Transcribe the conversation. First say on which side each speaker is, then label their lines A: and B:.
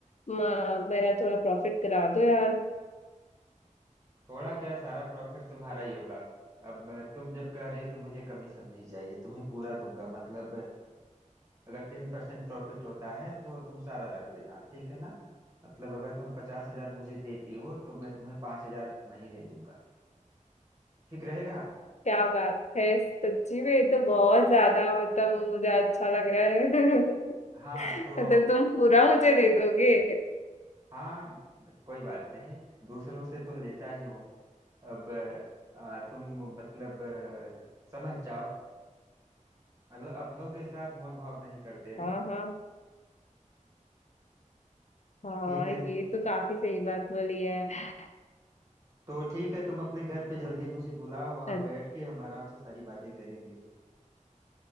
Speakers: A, on the left; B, on the right.
A: म- मेरा थोड़ा प्रॉफिट करा दो यार
B: थोड़ा क्या सारा प्रॉफिट तुम्हारा ही होगा अब तुम जब कह रहे हो तो मुझे कमीशन नहीं चाहिए तुम्हें पूरा दूंगा मतलब अगर टेन परसेंट प्रॉफिट होता है तो तुम सारा रख लेना ठीक है ना मतलब अगर तुम पचास हजार मुझे देती हो तो मैं तुम्हें पांच हजार महीने दूंगा ठीक रहेगा
A: क्या बात है सच्ची में ये तो बहुत ज्यादा मतलब मुझे अच्छा लग रहा है <laughs>
B: हाँ तो
A: मतलब तुम पूरा मुझे दे दोगे
B: हाँ कोई बात नहीं दूसरों से तो लेता ही हूँ अब अ, तुम मतलब अ, समझ जाओ मतलब अपनों के साथ मोल भाव नहीं करते ना
A: हाँ हाँ हाँ
B: ठीक है
A: ये तो काफी सही बात बोली है
B: तो ठीक है तुम अपने घर पे जल्दी मुझे बुलाओ वहां
A: अ-
B: बैठ के हम आराम से सारी बातें करेंगे